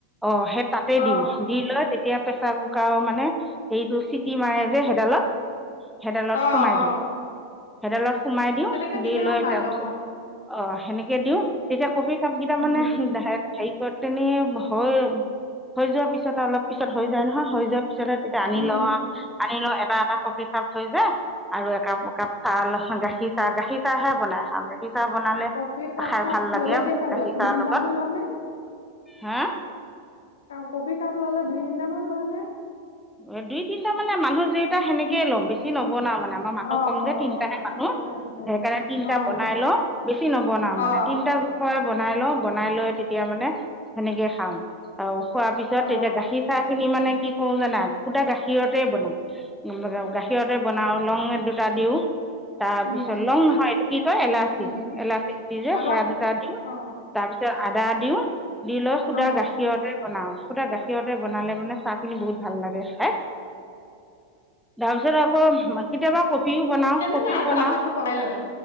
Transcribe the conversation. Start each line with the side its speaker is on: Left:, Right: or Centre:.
Centre: অ সেই তাতে
Left: অ
Centre: দিওঁ দি লৈ এতিয়া প্ৰেছাৰ কুকাৰৰ মানে হেৰিটো চিটি মাৰে যে সেইডালত হেইডালত
Left: অ
Centre: সোমাই
Left: অ
Centre: দিওঁ হেইডালত সোমাই দিওঁ
Left: তেনেকে দিলেও
Centre: দি লৈ
Left: ভাল
Centre: তাৰপিছত
Left: অ
Centre: অ সেনেকে দিওঁ তেতিয়া কফি কাপ কেইটা
Left: উম
Centre: মানে হেৰি কৰতে নি হয়। হৈ যোৱাৰ পিছতে অলপ পিছত হৈ যায় নহয় হৈ যোৱাৰ পিছতে তেতিয়া আনি
Left: উম
Centre: লওঁ আনি লও এটা এটা কফি কাপ হৈ যায় আৰু একাপ একাপ চউল গাখীৰ চাহ গাখীৰ চাহহে বনাই চা গাখীৰ বনালে
Left: কফি কাপ
Centre: খাই
Left: চাপ
Centre: ভাল লাগে
Left: ললে কেইটা
Centre: গাখীৰ
Left: লোৱা দুই
Centre: চাহৰ
Left: তিনিটামান
Centre: লগত
Left: লোৱা নে
Centre: হে
Left: কফি কাপ ল'লে দুই তিনিটামান লোৱা নে।
Centre: এ দুই তিনিটা মানে মানুহ যেইটা মানে সেনেকে ল'ম বেছি নবনাও। মানে আমাৰ মানুহ
Left: অ
Centre: কম
Left: অ
Centre: যে তিনিটাহে
Left: অ
Centre: মানুহ।
Left: কেইটা লৈ
Centre: সেইকাৰণে তিনটা
Left: অ
Centre: বনাই ল বেছি নবনাও মানে
Left: অ
Centre: তিনটা জোখৰে বনাই বনাই লওঁ বনাই লৈ তেতিয়া মানে সেনেকে খাওঁ। অ খোৱাৰ পিছত
Left: অ
Centre: এতিয়া গাখীৰ চাহ খিনি মানে কি কৰো জানা। শুদা গাখীৰতে বনাও গাখীৰতে বনাও লং দুটা দিও তাৰপিছত
Left: উম
Centre: লং নহয়
Left: আ
Centre: এইটো কি কয় এলাচি
Left: উম
Centre: এলাচি গুটি যে
Left: আগত
Centre: সেৰা দুটা দিওঁ
Left: অ
Centre: তাৰপিছত আদা দিও দি লৈ শুদা
Left: অ
Centre: গাখীৰতে বনাও সুদা গাখীৰতে বনালে মানে চাহ খিনি বহুত ভাল লাগে। হে। তাৰপিছত আকৌ কেতিয়াবা কফিও বনাওঁ
Left: তেনে
Centre: কফিও
Left: নাই আগত
Centre: বনাওঁ।
Left: চাহপাতটো পগাই লয়